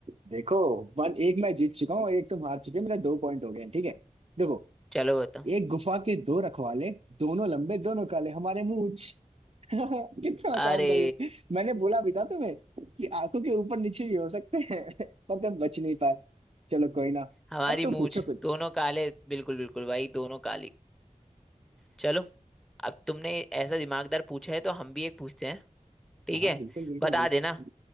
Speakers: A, on the right; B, in the centre.
A: देखो वन एक मैं जीत चुका हूँ एक तुम हार चुके हो मेरे दो पॉइंट हो गए हैं ठीक है देखो
B: चलो बताओ
A: एक गुफा के दो रखवाले दोनों लंबे दोनों काले हमारे मूंछ <laughs> कितना आसान
B: अरे
A: था ये मैंने बोला भी था तुम्हें कि आंखों के ऊपर नीचे भी हो सकते हैं <laughs> पर तुम बच नहीं पाए चलो कोई ना
B: हमारी
A: अब तुम
B: मूछ
A: पूछो कुछ
B: दोनों काले बिल्कुल बिल्कुल भाई दोनों काली चलो अब तुमने ऐसा दिमागदार पूछा है तो हम भी एक पूछते हैं ठीक
A: हाँ
B: है
A: बिल्कुल बिल्कुल
B: बता
A: बिल्कुल
B: देना